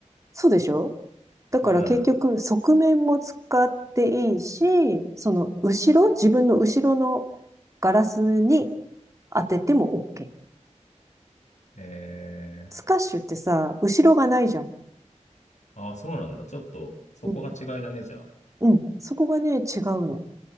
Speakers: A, on the right; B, on the left.
A: そうでしょだから結局、
B: うん。
A: 側面も使っていいし、その後ろ、自分の後ろのガラスに当てても OK。
B: えー
A: スカッシュってさ、後ろがないじゃん。
B: ああ、そうなんだ。ちょっと、そこが違いだね、
A: うん。
B: じゃあ。
A: うん。そこがね、違うの。